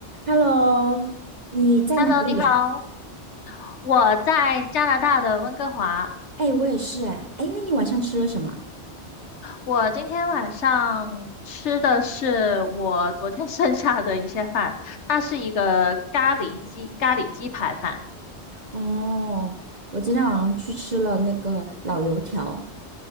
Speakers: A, on the right; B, on the left.
A: Hello，你在哪里呀？
B: Hello，你好，我在加拿大的温哥华。
A: 哎，我也是哎，哎，那你晚上吃了什么？
B: 我今天晚上吃的是我昨天 <laughs> 剩下的一些饭，它是一个咖喱鸡咖喱鸡排饭。
A: 哦，我今天晚上去吃了那个老油条。